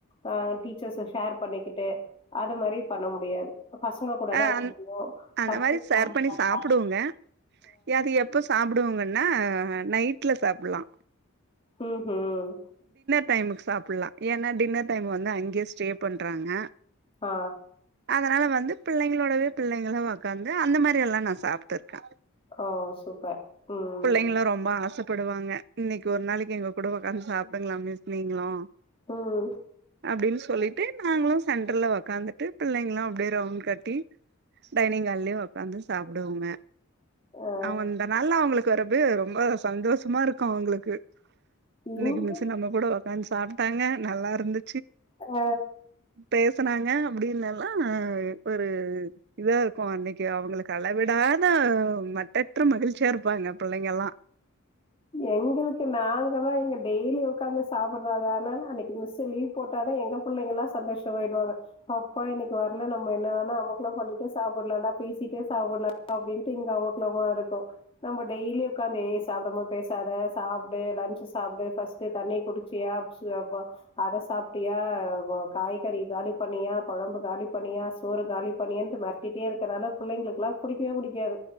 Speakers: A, on the left; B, on the right.
A: ஆ டீச்சர்ஸ் ஷேர் பண்ணிக்கிட் ட்டு அது மாரி பண்ண முடியாது இப்ப பசங்க கூட
B: ஆ
A: தா உக்காறனு
B: அந் அந்த
A: பசங்க
B: மாரி ஷேர்
A: சாப்டலா
B: பண்ணி சாப்டுவோங்க அது எப்ப சாப்டுவங்கன்னா நைட்ல சாப்லா
A: ம் ம்
B: டைமுக்கு சாப்லா ஏன்னா டின்னர் டைம் வந்து அங்கயே ஸ்டே பண்றாங்க
A: ஆ
B: அதனால வந்து பிள்ளைங்களோடவே பிள்ளைங்களா ஒக்காந்து அந்த மாரி எல்லா நா சாப்ட்டு இருக்க
A: அ சூப்பர் ம்
B: புள்ளைங்கலா ரொம்ப ஆச படுவாங்க இன்னைக்கு ஒரு நாளைக்கு எங்க கூட ஒக்காந்து சாப்டுங்கள மிஸ் நீங்களு
A: ம்
B: அப்டின் சொல்லிட்டு நாங்களு சென்டர்ல ஒக்காந்துட்டு பிள்ளைங்களு அப்டியே ரவுண்ட் கட்டி டைனிங் ஹால்லயு ஒக்காந்து சாப்டுவாங்க
A: ஆ
B: அவ இந்த நாள் அவங்களுக்கு வரப ரொம்ப சந்தோஷ மா இருக்கு அவங்களுக்கு இன்னைக்கு
A: எங்க
B: மிஸ் நம்ம கூட ஒக்காந்து சாப்ட்டாங்க நல்லா இருந்து
A: அ
B: பேசனாங்க அப்படினல்லா ஒரு இதா இருக்கு அன்னைக்கு அவங்களுக்கு அளவிடா அதா மட்டற்ற மகிழ்ச்சியா இருப்பாங்க பிள்ளைங்க எல்லா
A: எங்களுக்கு நாங்க தான் எங்க டெய்லி உக்காந்து சாப்படுறதுனால அன்னைக்கு மிஸ் லீவ் போட்டாதான் எங்க பிள்ளைங்கல்லா சந்தோஷம் ஆயடுவாங்க அப்பா இன்னைக்கு வரல நம்ம என்ன வேணா அமக்கலம் பண்ணிட்டு சாப்டலான்டா பேசிட்டே சாப்டலாம் அப்படின்ட்டு இங்க அமக்குலமா இருக்கு நம்ம டெய்லி உட்காந்து சாப்டம் போது பேசாத சாப்டு லன்ச் சாப்டூ பஸ்டு தண்ணி குடிச்சியா <unintelligible> அதை சாப்டியா ஆ காய்கறி காலி பண்ணியா குழம்பு காலி பண்ணியா சோறு காலி பண்ணிடியான்னு மெரட்டிடே இருக்க பிள்ளைங்களுக்கு எல்லாம் புடிக்கவே புடிக்காது